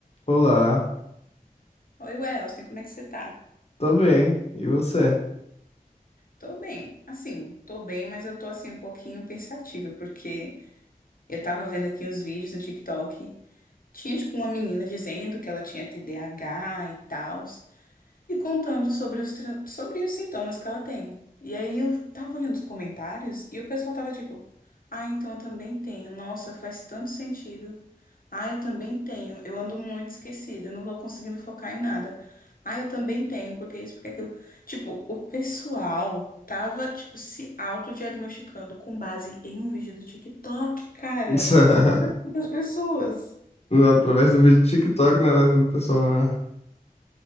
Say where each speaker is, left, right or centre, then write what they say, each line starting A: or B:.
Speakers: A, on the left; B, on the left.
A: Olá,
B: Oi, Welson, como é que você tá?
A: tô bem. E você?
B: Tô bem. Assim, tô bem, mas eu tô assim um pouquinho pensativa, porque eu tava vendo aqui uns vídeos no TikTok, tinha tipo uma menina dizendo que ela tinha TDAH e tal, e contando sobre os, tra- sobre os sintomas que ela tem. E aí eu tava olhando os comentários e o pessoal tava tipo, ah, então eu também tenho. Nossa, faz tanto sentido. Ah, eu também tenho. Eu ando muito esquecida, não tô conseguindo focar em nada. Ah, eu também tenho, porque isso, porque aquilo. Tipo, o pessoal tava, tipo, se autodiagnosticando com base em um vídeo do TikTok, cara.
A: <laughs>
B: O que que tá acontecendo com as pessoas?
A: Através do vídeo do TikTok, né? Levando o pessoal